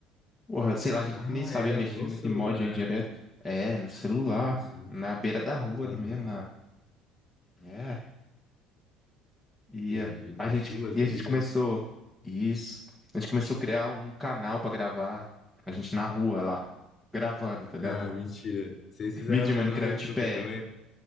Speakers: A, in the centre; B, on the left (about 35°).
A: porra, sei lá, a gente
B: Ah,
A: nem sabia
B: era
A: mexer
B: no
A: muito
B: celular.
A: em mod aí direto. É, no celular,
B: Entendi.
A: na beira da rua
B: Aham,
A: ali mesmo, na É, e
B: entendi.
A: eh,
B: Nas
A: a gente,
B: ruas
A: e
B: ali,
A: a gente começou
B: né?
A: isso. A gente começou a criar um canal pra gravar. A gente na rua lá, gravando, tá ligado?
B: Ah, mentira. Vocês fizeram
A: Vídeo de
B: um canal
A: Minecraft
B: no YouTube
A: pé.
B: também?